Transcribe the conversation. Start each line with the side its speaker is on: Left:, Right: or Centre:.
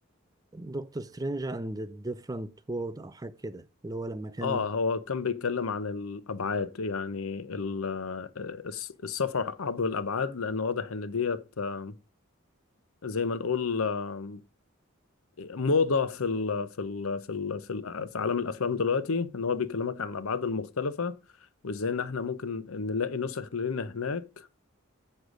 Right: دكتور سترينج اند ديفرنت وورد او حاجه كده اللي هو لما كان
Left: اه هو كان بيتكلم عن الأبعاد يعني ال- آه، الس- السفر عبر الأبعاد لأن واضح إن ديت آه، زي ما نقول آه، موضة في ال في ال في ال في, ال في عالم الأفلام دلوقتي إن هو بيكلمك عن الأبعاد المختلفة وإزاي إن إحنا ممكن نلاقي نسخ لنا هناك